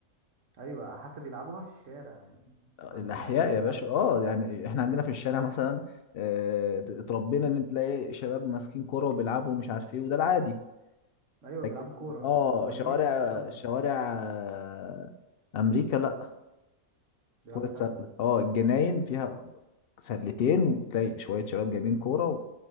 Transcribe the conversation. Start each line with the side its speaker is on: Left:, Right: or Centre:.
Right: ايوه حتى بيلعبوها في الشارع يعني عندهم
Left: الاحياء
Right: عادي قوي
Left: يا باشا
Right: يلعبوا
Left: اه
Right: سلة في
Left: يعني
Right: الشارع
Left: احنا عندنا في الشارع مثلا آه، اتربينا ان تلاقي شباب ماسكين كوره وبيلعبوا ومش عارف ايه وده العادي
Right: ايوه
Left: لكن
Right: بيلعبوا كورة
Left: اه
Right: آه، جونين
Left: شوارع
Right: وبتاع مش
Left: شوارع
Right: عارف إيه.
Left: آه، امريكا لا
Right: بيلعبوا
Left: كرة
Right: سلة
Left: سلة اه الجناين فيها سلتين وتلاقي شوية شباب جايبين كورة و-